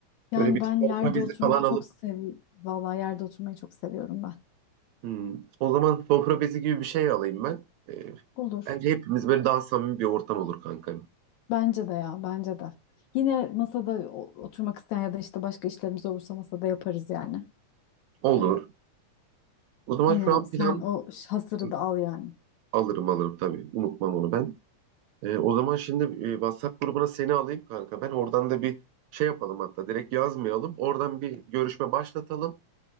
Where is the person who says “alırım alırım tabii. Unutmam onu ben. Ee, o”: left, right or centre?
Right